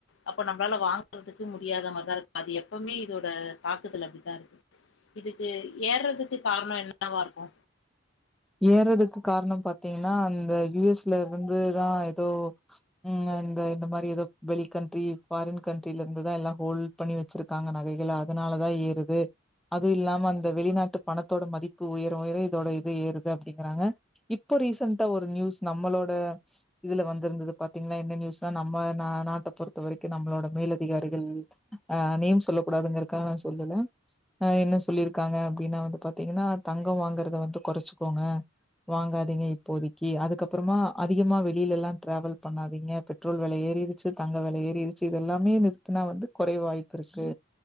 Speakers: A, on the left (about 65°); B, in the centre.
A: அப்ப நம்ப்ளால வாங்குற்துக்கு முடியாத மார்தா இருக்கு அது எப்பவுமே இதோட தாக்குதல் அப்டித்தா இருக்கு இதுக்கு ஏற்றதுக்கு கார்ணோ என்னவா இருக்கு
B: ஏறதுக்கு காணோ பாத்தீங்கன்னா அந்த யுஎஸ்ல இருந்துதா எதோ உ இந்த இந்த மாரி எதோ வெளி கண்ட்ரி ஃபாரின் கண்ட்ரில இருந்துதா எல்லா ஹோல் பண்ணி வச்சிருக்காங்க நகைகள அதனாலதா ஏறுது அது இல்லாம அந்த வெளிநாட்டு பணத்தோட மதிப்பு உயர உயர இதோட து ஏறுது அப்டிங்குறாங்க இப்ப ரீசண்டா ஒரு நியூஸ் நம்மளோட இதுல வந்துருந்துது பாத்தீங்ன்னா என்ன நியூஸ்னா நம்ம நா நாட்ட பொறுத்த வரிக்கு நம்புளோட மேல் அதிகாரிகள் ஆ நேம் சொல்ல கூடாதுங்ற்ரக்கா நா சொல்லுல அ என்ன சொல்லிருக்காங்க அப்டின்னா வந்து பாத்தீங்கன்னா தங்கோ வாங்கற்த வந்து கொறச்சுக்கோங்க வாங்காதீங்க இப்போதிக்கு அதுக்கப்றமா அதிகமா வெளியிலல்லா ட்ரேவல் பண்ணாதீங்க பெட் ட்ரோல் வெல ஏறிறுச்சு தங்க வெல ஏறிறுச்சு இதெல்லாமே நிற்த்துனா வந்து கொறைய் வாய்ப்புருக்கு